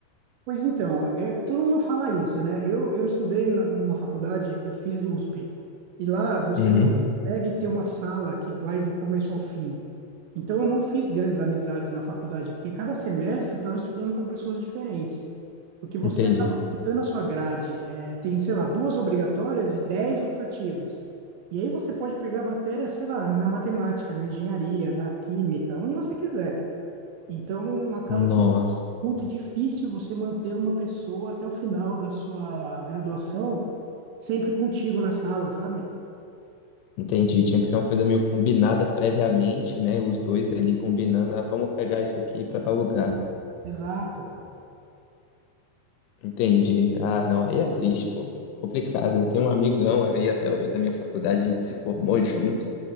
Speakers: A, on the right (about 80°); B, on the left (about 80°).
A: Pois então, é, todo mundo fala isso, né? Eu, eu estudei na- numa faculdade, eu fiz USP, e lá você
B: Uhum,
A: não consegue ter uma sala que vai do começo ao fim. Então, eu não fiz grandes amizades na faculdade, porque cada semestre eu estava estudando com pessoas diferentes. Porque você
B: entendi.
A: acaba montando a sua grade. É, tem, sei lá, duas obrigatórias e dez optativas. E aí você pode pegar matéria, sei lá, na matemática, na engenharia, na química, onde você quiser. Então, acaba
B: Nossa.
A: que é muito difícil você manter uma pessoa até o final da sua graduação sempre contigo na sala, sabe?
B: Entendi. Tinha que ser uma coisa meio combinada previamente, né? Os dois ali combinando, ah, vamos pegar isso aqui para tal lugar.
A: Exato.
B: Entendi. Ah, não, aí é triste, pô. Complicado. Eu tenho um amigão aí até hoje da minha faculdade, a gente se formou junto.